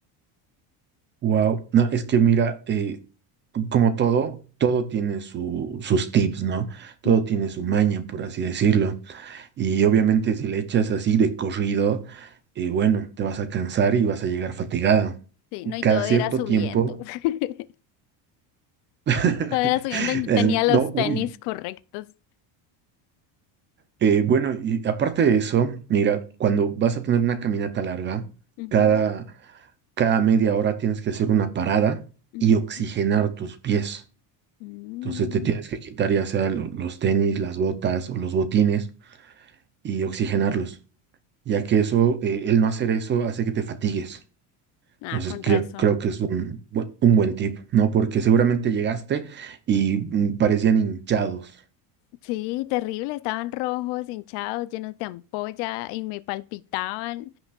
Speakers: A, on the right (about 25°); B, on the left (about 55°).
A: Wow, no, es que mira, eh, como todo, todo tiene su- sus tips, ¿no? Todo
B: Ujú.
A: tiene su maña, por así decirlo. Y obviamente si le echas así de corrido, eh, bueno, te vas a cansar y vas a llegar fatigada.
B: Sí,
A: Y
B: no, y
A: cada
B: todo
A: cierto
B: era subiendo.
A: tiempo,
B: <laughs>
A: <laughs>
B: Todo era subiendo y no
A: eh,
B: tenía los
A: no, uy,
B: tenis correctos.
A: eh, bueno, y aparte de eso, mira, cuando vas a tener una caminata larga,
B: Ujú,
A: cada, cada media hora tienes que hacer una parada
B: ujú.
A: y oxigenar tus pies.
B: Mm.
A: Entonces te tienes que quitar ya sea lo- los tenis, las botas o los botines y oxigenarlos, ya que eso, eh, el no hacer eso hace que te fatigues.
B: Ah,
A: Entonces
B: con
A: creo,
B: razón.
A: creo que es un, bu- un buen tip, ¿no? Porque seguramente llegaste y mm, parecían hinchados.
B: Sí, terrible, estaban rojos, hinchados, llenos de ampolla y me palpitaban.